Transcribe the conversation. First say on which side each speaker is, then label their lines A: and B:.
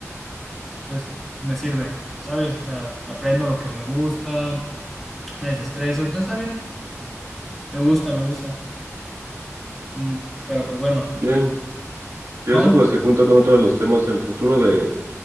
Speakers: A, in the centre; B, on the right.
A: Entonces, me sirve, ¿sabes? O sea, aprendo lo que me gusta, me desestreso. Entonces, está bien, me gusta, me gusta. Mm, pero pues bueno,
B: Bien. Y
A: vamos,
B: eso pues se junta con otro de los temas en el futuro de